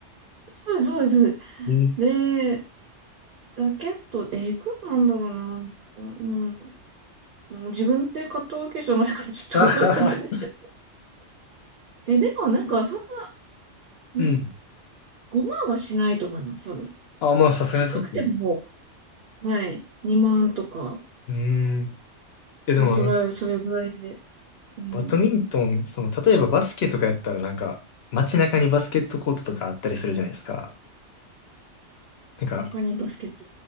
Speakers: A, on the right; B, on the left.
A: そうです、そうです。
B: えー
A: でラケット、えー、いくらなんだろうな。うん、でも自分で買ったわけじゃないからちょっと覚えてないですけど。
B: あはは
A: え、でもなんかそんなに
B: <laughs> うん。
A: 5万はしないと思います、多分。
B: あ、まあ、さすがにそうっすね。
A: 高くても、はい、2万とか、
B: うーん。え、
A: そうそれ、
B: でもなんか、
A: それぐらいで、うん。
B: バドミントン、その、例えばバスケとかやったらなんか、街中にバスケットコートとかあったりするじゃないですか。なんか、
A: 背中にバスケット